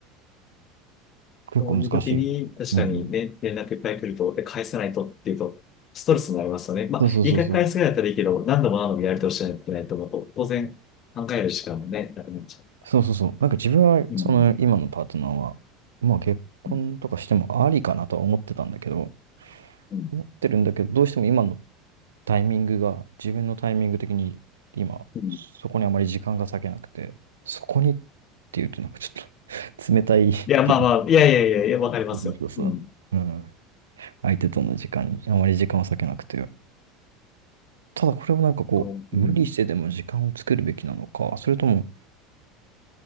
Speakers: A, on the right; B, on the left.
A: 結構難しいよね。
B: そういう時に、確かにね、
A: うんうん。
B: 連絡いっぱい来ると、で、返さないとっていうと、ストレスになりますよね。まあ、
A: そうそうそうそう。
B: いい回返すぐらいだったらいいけど、何度も何度もやり通しないといけないと思うと、当然、考える時間もね、なくなっちゃ
A: そうそうそう。なんか自分は、
B: う。
A: その今のパートナーは、
B: うん。
A: まあ結婚とかしてもありかなとは思ってたんだけど、
B: うん。うん。
A: 思ってるんだけど、どうしても今のタイミングが、自分のタイミング的に今、
B: うん
A: そこにあまり時間が割けなくて、そこにっていうとなんかちょっと <laughs> 冷たいけど、
B: いや、まあまあ、いやいやいやいや、わかりますよ。
A: そうそうそう。
B: うん。
A: うん。相手との時間にあまり時間を割けなくて。ただこれをなんかこう、
B: こう、うん。
A: 無理してでも時間を作るべきなのか、それとも、